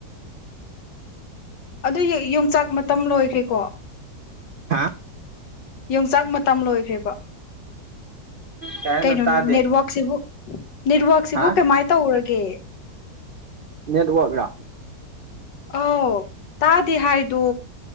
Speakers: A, on the left; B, on the right.
A: ꯑꯗꯨ ꯌꯣꯡꯆꯥꯛ ꯃꯇꯝ ꯂꯣꯏꯈ꯭ꯔꯦꯀꯣ
B: ꯍꯥꯥ
A: ꯌꯣꯡꯆꯥꯛ ꯃꯇꯝ ꯂꯣꯏꯈ꯭ꯔꯦꯕ
B: ꯀꯩ ꯍꯥꯏꯅꯣ
A: ꯀꯩꯅꯩꯅꯣ
B: ꯇꯥꯗꯦ
A: ꯅꯦꯔꯋꯥꯣꯣꯛꯁꯁꯤꯕꯨ ꯅꯦꯠꯋꯔꯛꯁꯤꯕꯨ
B: ꯍꯥ
A: ꯀꯃꯥꯏꯅ ꯇꯧꯔꯒꯦ
B: ꯅꯦꯠꯋꯔꯛ
A: ꯑ ꯇꯥꯗꯤꯦ ꯍꯥꯏꯗꯨ